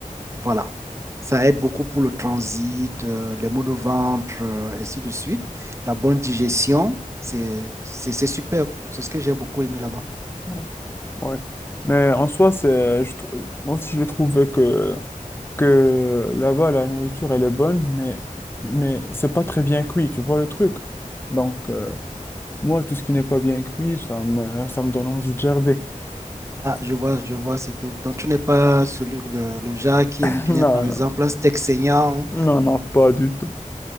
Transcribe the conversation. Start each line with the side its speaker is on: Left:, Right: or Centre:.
Right: Voilà. Ça aide beaucoup pour le transit, euh, les maux de ventre, euh, ainsi de suite. La bonne digestion, c'est c'est- c'est superbe. C'est ce que j'ai beaucoup aimé là-bas.
Left: ouais. ouais. Mais en soi, c'est, je trou- moi aussi, j'ai trouvé que. que là-bas, la nourriture, elle est bonne, mais, mais c'est pas très bien cuit, tu vois le truc. Donc, euh, moi, tout ce qui n'est pas bien cuit, ça me, ça me donne envie de gerber.
Right: Ah, je vois, je vois, c'est que donc tu n'es pas celui de le genre qui
Left: <laughs>
Right: aime bien,
Left: Non,
Right: par exemple, un steak saignant.
Left: non, non, non, pas du tout.